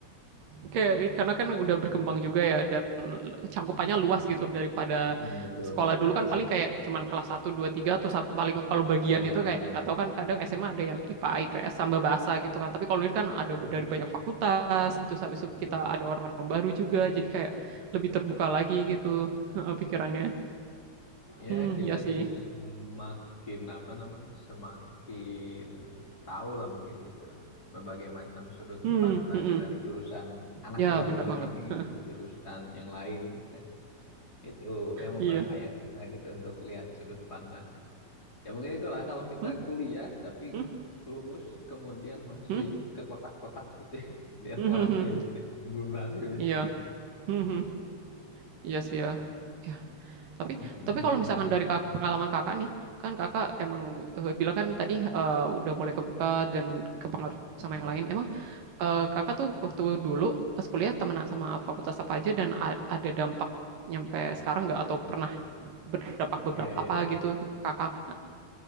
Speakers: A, on the right; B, on the left.
A: Kayak karena kan udah berkembang
B: Nih,
A: juga ya dan cangkupannya luas gitu daripada
B: mm, betul
A: sekolah
B: betul
A: dulu kan paling kayak cuman kelas satu 2 3 tuh paling kalau bagian
B: ya
A: itu kayak
B: ya
A: nggak tahu kan kadang SMA ada yang IPA, IPS sama bahasa gitu kan. Tapi kalau ini kan
B: Heeh,
A: ada
B: heeh,
A: dari banyak fakultas gitu sampai itu
B: betul
A: kita ada orang-orang baru juga. Jadi kayak lebih terbuka lagi gitu pikirannya.
B: ya
A: Hmm,
B: kita
A: ya sih.
B: jadi semakin apa namanya semakin tahu lah mungkin gitu berbagai macam sudut
A: Hmm,
B: pandang
A: hmm, hmm.
B: dari jurusan anak
A: Ya,
B: dari
A: benar
B: jurusan
A: banget.
B: ini
A: <laughs>
B: jurusan yang lain gitu. itu yang memperkaya
A: Iya.
B: kita gitu untuk lihat sudut pandang. Ya mungkin itulah kalau kita
A: Hmm,
B: kuliah tapi
A: hmm,
B: lulus kemudian masih
A: hmm,
B: ke kotak-kotak gitu ya. <laughs> Lihat
A: hmm,
B: orang
A: hmm, hmm.
B: tuh ya berarti belum berhasil deh.
A: Iya. Hmm, hmm. Iya sih ya. Ya, Tapi
B: Mm-mm,
A: tapi kalau
B: memang.
A: misalkan dari kak- pengalaman Kakak nih, kan Kakak emang eh, bilang kan tadi eh, udah mulai kebuka dan kepengaruh
B: Mm-mm.
A: sama yang lain. Emang eh, Kakak tuh waktu dulu pas kuliah temenan sama fakultas apa aja dan a- ada dampak nyampe sekarang nggak atau pernah berdampak beberapa
B: Iya iya
A: apa
B: iya
A: gitu
B: iya.
A: Kakak?